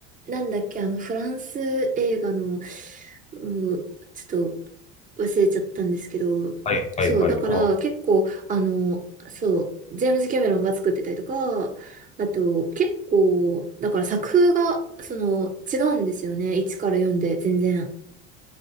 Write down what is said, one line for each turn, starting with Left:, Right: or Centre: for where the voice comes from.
Right: なんだっけ、あの、フランス映画の、うん、ちょっと忘れちゃったんですけど、
Left: はいはいはい。
Right: そう、だから結構、
Left: あ
Right: あの、そう、ジェームズ・キャメロンが作ってたりとか、あと、結構、だから作風が、その、違うんですよね。1から4で全然。